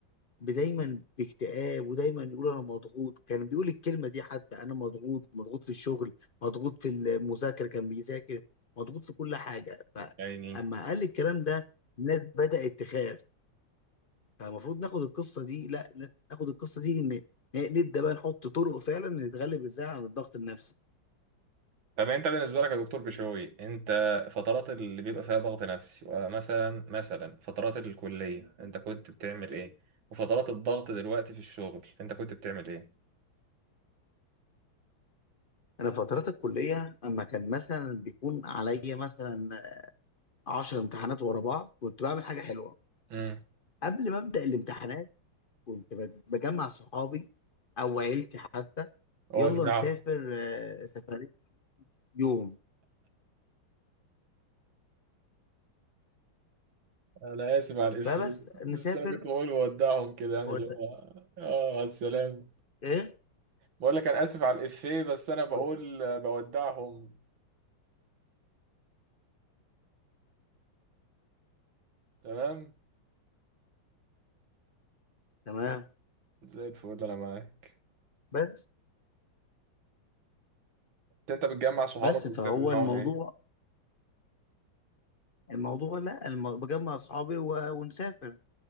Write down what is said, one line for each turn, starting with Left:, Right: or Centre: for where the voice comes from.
Left: ب- دايما باكتئاب ودايما يقول أنا مضغوط كان بيقول الكلمة دي حتى أنا مضغوط مضغوط في الشغل مضغوط في المذاكرة كان بيذاكر مضغوط في كل حاجة فأما
Right: عيني
Left: قال الكلام ده الناس بدأت تخاف فالمفروض ناخد القصة دي لا لا، ناخد القصة دي إن إن نبدأ بقى نحط طرق فعلا نتغلب إزاي على الضغط النفسي
Right: طب انت بالنسبه لك يا دكتور بشوي انت فترات اللي بيبقى فيها ضغط نفسي ومثلا مثلا فترات الكليه انت كنت بتعمل ايه وفترات الضغط دلوقتي في الشغل انت كنت بتعمل ايه
Left: أنا فترات الكلية أما كان مثلا بيكون عليا مثلا 10 امتحانات ورا بعض كنت بعمل حاجه حلوه
Right: امم
Left: قبل ما ابدا الامتحانات كنت بج- بجمع صحابي او عيلتي حتى
Right: اودعهم
Left: يلا نسافر آه، سفريه يوم
Right: انا اسف على الافيه
Left: فبس نسافر
Right: بس انا كنت بقول اودعهم كده يعني
Left: قلت
Right: اللي هو اه على السلامه
Left: ايه
Right: بقول لك انا اسف على الافيه بس انا بقول
Left: قلت
Right: آه، بودعهم تمام
Left: تمام
Right: زي الفل انا معاك
Left: بس
Right: انت بتجمع صحابك
Left: بس فهو
Right: وبتعمل معاهم
Left: الموضوع
Right: ايه
Left: الموضوع لا الم- بجمع اصحابي و- ونسافر